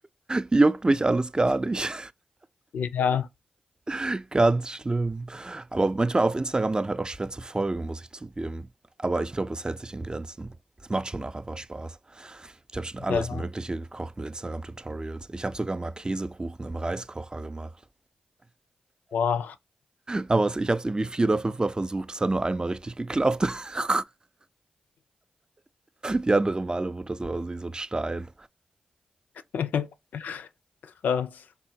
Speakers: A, on the right; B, on the left.
A: juckt mich alles gar nicht.
B: Ja,
A: <laughs> Ganz schlimm. Aber manchmal auf Instagram dann halt auch schwer zu folgen, muss ich zugeben. Aber ich glaube, es hält sich in Grenzen. Es macht schon auch einfach Spaß. Ich habe schon alles
B: ja,
A: Mögliche gekocht mit Instagram-Tutorials. Ich habe sogar mal Käsekuchen im Reiskocher gemacht.
B: wow,
A: Aber es- ich habe es irgendwie vier oder fünfmal versucht. Es hat nur einmal richtig geklappt. <laughs> Die anderen Male wurde das immer so wie so ein Stein.
B: <laughs> krass.